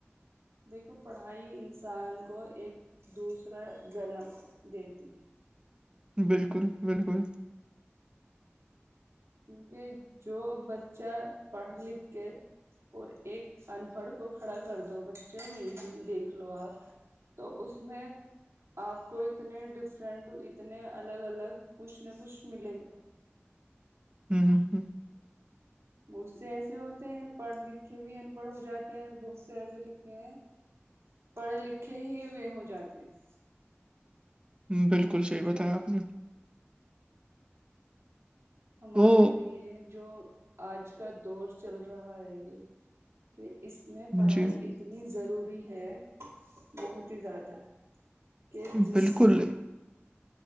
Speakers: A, on the right; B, on the right.
A: دیکھو پڑھائی انسان کو ایک دوسرا جنم دیتی ہے
B: بالکل بالکل
A: کیونکہ جو بچہ پڑھ لکھ کے اور ایک ان پڑھ کو کھڑا کر دو بچوں میں ہی دیکھ لو آپ تو اس میں آپ کو اتنے ڈفرنٹ اتنے الگ الگ کچھ نہ کچھ ملے گا
B: ہوں ہ ہوں
A: بہت سے ایسے ہوتے ہیں پڑھ لکھ کے بھی ان پڑھ ہو جاتے ہیں اور بہت سے ایسے لکھے ہیں پڑھے لکھے ہی ہوئے ہو جاتے ہیں
B: بالکل صحیح بتایا
A: جی
B: آپ نے
A: ہمارے
B: تو
A: لیے جو آج کا دور چل رہا ہے یہ کہ اس میں پڑھائی
B: جی
A: انی اتنی ضروری ہے بہت ہی زیادہ کہ جس
B: بالکل